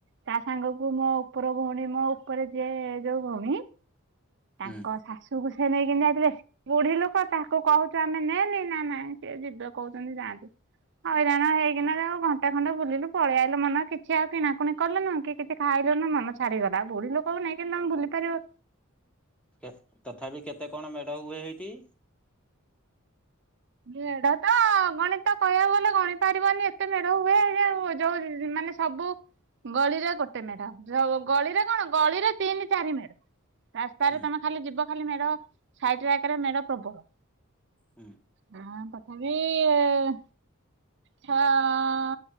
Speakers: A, on the right; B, in the centre.
A: ତା ସାଙ୍ଗ କୁ ମୋ ଉପର ଭଉଣୀ ମୋ ଉପରେ ଯିଏ ଯୋଉ ଭଉଣୀ ତାଙ୍କ
B: ହୁଁ
A: ଶାଶୁକୁ ସେ ନେଇକିନି ଯାଇଥିଲେ ବୁଢ଼ି ଲୋକ ତାକୁ କହୁଚୁ ଆମେ ନେନି ନା ନାଇଁ ସେ ଯିବେ କହୁଚନ୍ତି ଯାଆନ୍ତୁ। ହଇରାଣ ହେଇକିନା ଯେ ଆଉ ଘଣ୍ଟେ ଖଣ୍ଡେ ବୁଲିଲୁ ପଳେଇଆଇଲୁ ମନ କିଛି ଆଉ କିଣାକୁଣି କଲୁନୁ କି କିଛି ଖାଇଲୁନୁ ମନ ଛାଡ଼ିଗଲା। ଆଉ ବୁଢ଼ି ଲୋକକୁ ନେଇକିନି ତମେ ବୁଲି ପାରିବ।
B: କେ ତଥାବି କେତେ କଣ ମେଢ଼ ହୁଏ ହେଇଠି?
A: ମେଢ଼ ତ ଅ ଅ ଅଗଣିତ କହିବାକୁ ଗଲେ ଗଣି ପାରିବନି ଏତେ ମେଢ଼ ହୁଏ ଯେ ଯୋଉ ମାନେ ସବୁ ଗଳିରେ ଗୋଟେ ମେଢ଼ ଯୋଉ ଗଳିରେ କଣ ଗଳିରେ ତିନି ଚାରି ମେଢ଼। ରାସ୍ତାରେ
B: ହୁଁ
A: ତମେ ଖାଲି ଯିବ ଖାଲି ମେଢ଼ ସାଇଟ୍ ରାକରେ ମେଢ଼ ପ୍ରବଳ।
B: ହୁଁ।
A: ହଁ ତଥାବି ଇ ଇ ଏଁ ଛଅ ଅଁ ଅଁ